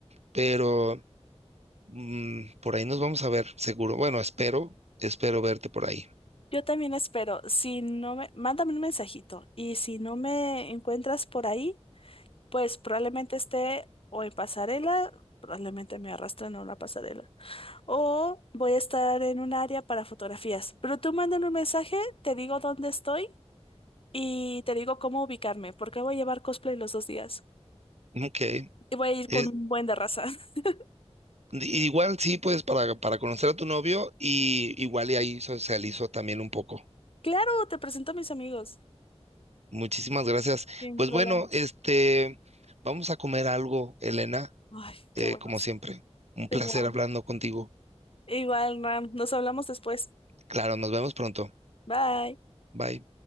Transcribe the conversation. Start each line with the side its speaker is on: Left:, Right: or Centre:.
Right: pero mm, por ahí nos vamos a ver, seguro. Bueno, espero, espero verte por ahí.
Left: Yo también espero. Si no me, mándame un mensajito y si no me encuentras por ahí, pues probablemente esté o en pasarela, probablemente me arrastren a una pasarela. O voy a estar en un área para fotografías. Pero tú mándame un mensaje, te digo dónde estoy y te digo cómo ubicarme, porque voy a llevar cosplay los dos días.
Right: Ok.
Left: Y voy a ir
Right: Eh,
Left: con un buen de raza. <laughs>
Right: igual sí, pues para, para conocer a tu novio y igual y ahí socializo también un poco.
Left: Claro, te presento a mis amigos.
Right: Muchísimas gracias.
Left: Sin
Right: Pues
Left: problemas.
Right: bueno, este, vamos a comer algo, Elena,
Left: Ay,
Right: eh,
Left: qué bueno,
Right: como
Left: sí.
Right: siempre. Un
Left: Tengo
Right: placer
Left: hambre.
Right: hablando contigo.
Left: Igual, Ram, nos hablamos después.
Right: Claro, nos vemos pronto.
Left: Bye.
Right: Bye.